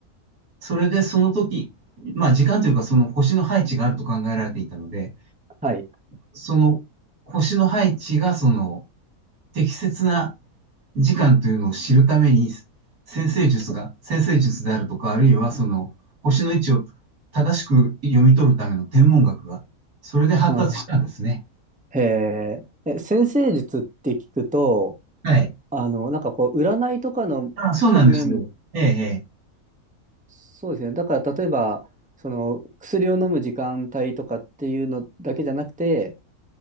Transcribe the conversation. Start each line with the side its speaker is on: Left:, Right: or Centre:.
Right: それでその時、まあ時間というかその星の配置があると考えられていたので、
Centre: はい。
Right: その星の配置がその適切な時間というのを知るために、先生術が、先生術であるとか、あるいはその、星の位置を正しく読み取るための天文学が、それで発達したんですね。
Centre: うん、へえ、え、先生術って聞くと、
Right: はい。
Centre: あの、なんかこう、占いとかの側面も、
Right: あ、そうなんですよ。ええ、ええ
Centre: そうですね。だから、例えば、その、薬を飲む時間帯とかっていうのだけじゃなくて、